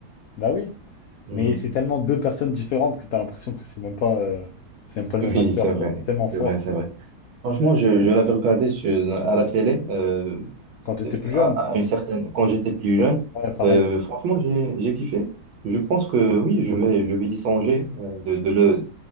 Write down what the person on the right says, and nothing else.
Mhm.
<laughs>
Oui,
c'est
vrai.
C'est vrai,
c'est vrai. Franchement, je, je l'avais regardé sur- à la télé euh,
à, à une certaine, quand j'étais plus jeune.
Euh,
franchement, j'ai, j'ai kiffé. Je pense que oui, je vais, je vais y songer euh, de, de le,